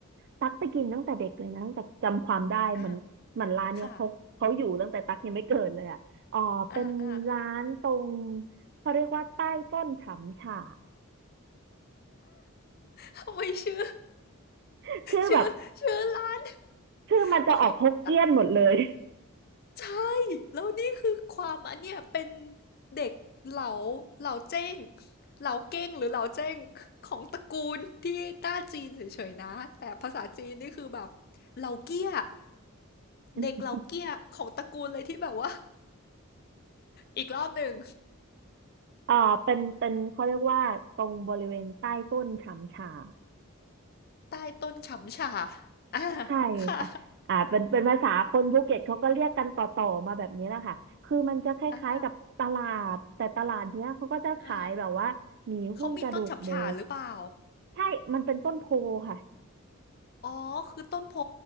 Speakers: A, on the right (about 55°); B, on the left (about 45°).
A: ตักไปกินตั้งแต่เด็กเลยนะตั้งแต่จำความได้เหมือนเหมือนร้านเนี้ยเขาเขาอยู่ตั้งแต่ตักยังไม่เกิดเลยอ่ะอ๋อเป็นร้านตรง
B: อาค่ะอา
A: เขาเรียกว่าใต้ต้นฉำฉ่า
B: ๆทำไมชื่อ
A: <laughs> ชื่อแบบ
B: ชื่อชื่อร้าน
A: ชื่อมันจะออกฮกเกี้ยนหมดเลย
B: โอเค ใช่แล้วนี่คือความอันเนี้ยเป็นเด็กเหลาเหลาเจ้งเหลาเก้งหรือเหลาเจ้งของตระกูลที่ต้าจีนเฉยๆนะแต่ภาษาจีนนี่คือแบบเหลาเกี้ย
A: <laughs>
B: เด็กเหลาเกี้ยของตระกูลเลยที่แบบว่าอีกรอบหนึ่ง
A: เออเป็นเป็นเขาเรียกว่าตรงบริเวณใต้ต้นฉำฉา
B: ใต้ต้นฉ่ำฉ่าอ่า
A: ใช่ค่ะอ่าเป็นเป็นภาษาคนภูเก็ตเขาก็เรียกกันต่อๆมาแบบนี้แหละค่ะคือมันจะคล้ายๆกับตลาดแต่ตลาดเนี้ยเขาก็จะขายแบบว่าหมีหุ้นกระดูกหมู
B: ค่ะอ่าอ่าเขามีต้นฉ่ำฉ่าหรือเปล่า
A: ใช่มันเป็นต้นโพค่ะ
B: อ๋อคือต้นโพ